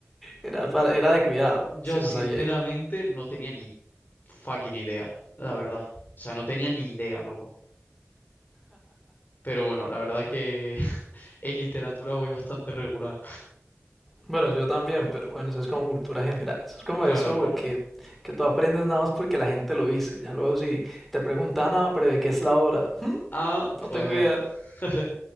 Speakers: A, in the centre; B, on the left.
A: Era, para, era de cuidado,
B: yo
A: si
B: sinceramente
A: no sabía eso.
B: no tenía ni fucking idea, la verdad. O sea, no tenía ni idea, loco. Pero bueno, la verdad que <laughs> en literatura voy bastante regular.
A: Bueno, yo también, pero bueno, eso es como cultura general. Eso es como
B: Claro,
A: eso
B: claro.
A: que, que tú aprendes nada más porque la gente lo dice. Ya luego si te preguntan, ah, pero ¿de qué es la obra? "Hmm,
B: Ah,
A: no
B: pues.
A: tengo idea,
B: <laughs>